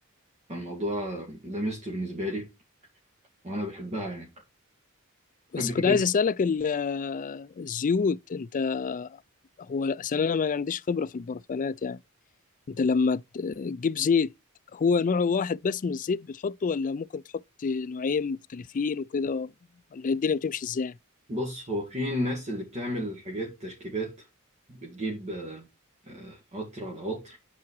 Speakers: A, on the right; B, on the left.
A: الموضوع ده ميزته بالنسبة لي وأنا بحبها يعني بحب
B: بس
A: فكرة
B: كنت عايز أسألك ال- آه، الزيوت أنت هو أصل أنا ما عنديش خبرة في البرفانات يعني انت لما ت- تجيب زيت هو نوع واحد بس من الزيت بتحطه ولا ممكن تحط نوعين مختلفين وكده ولا الدنيا بتمشي ازاي
A: بص هو في الناس اللي بتعمل حاجات تركيبات بتجيب آه، آه، عطر على عطر